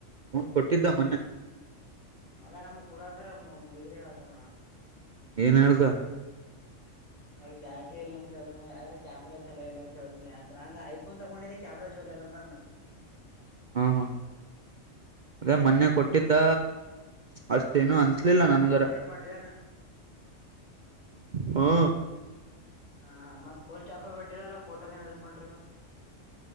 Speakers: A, on the right; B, on the left.
A: ಫೋನ್ ಕೊಟ್ಟಿದ್ದಾ ಮೊನ್ನೆ.
B: ಮಗ ನಮ ಕೂಡ ಅಂದ್ರ ಮೊ ಮೊದ್ರೆ ಹಾತಾನವಾ.
A: ಏನ ಹೇಳಿದಾ.
B: ಅದು ಬ್ಯಾಟ್ರಿ ಇಲ್ಲನ. ಕೇಳು ಆಗಲ್ಲೆ ಕ್ಯಾಮ್ರಾ ಚಲೋ ಇಲ್ಲ ಅಂತ ಹೇಳದಂದಾ ಐಫೋನ್ ತಗೊಂಡಿದ್ದ ಕ್ಯಾಮ್ರ ಚೊಲೋ ಇರಲ್ಲ ಅಂದ.
A: ಹಾ ಹಾ ಅದೇ ಮೊನ್ನೆ ಕೊಟ್ಟಿದ್ದ ಅಷ್ಟೇನು ಅನ್ಸ್ ಸ್ಲಿಲ್ಲ
B: ನಾನ್
A: ನನಗರ
B: ಫೋಟೋ ಶೂಟ್ ಮಾಡ್ರಿನ
A: ಹು.
B: ಹ ಹ ಮತ್ತ ಪೋಸ್ಟ್ ಹಾಕೋಂಬಿಟ್ಟಿರಲ್ಲ ಫೋಟೋನೆ ಇಳಿಸಿಕೊಂಡ್ರಿ ಮ್ಯಾಮ್.